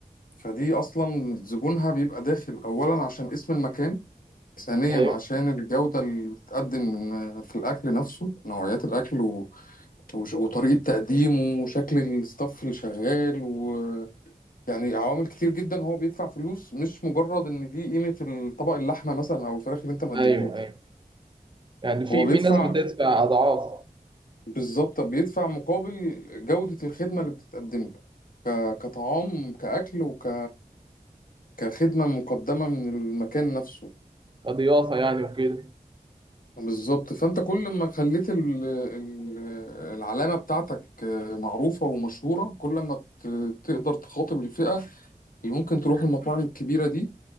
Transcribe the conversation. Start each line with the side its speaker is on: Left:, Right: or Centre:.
Left: فدي أصلا زبونها بيبقى داخل أولا عشان اسم المكان ثانيا
Right: ايوه
Left: عشان الجودة اللي بتتقدم في الأكل نفسه نوعيات الأكل و... وش- وطريقة تقديمه وشكل الستاف اللي شغال و... يعني عوامل كتير جدا هو بيدفع فلوس مش مجرد إن دي قيمة الطبق اللحمة مثلا أو الفراخ اللي أنت مقدمه
Right: ايوه
Left: له
Right: ايوه يعني في
Left: هو بيدفع
Right: في ناس بتدفع اضعاف
Left: بالظبط بيدفع مقابل جودة الخدمة اللي بتتقدم له ك- كطعام كأكل وك كخدمة مقدمة من المكان نفسه
Right: كضيافة يعني وكده
Left: بالظبط فأنت كل ما خليت ال... ال- العلامة بتاعتك معروفة ومشهورة كل ما ت... تقدر تخاطب الفئة اللي ممكن تروح المطاعم الكبيرة دي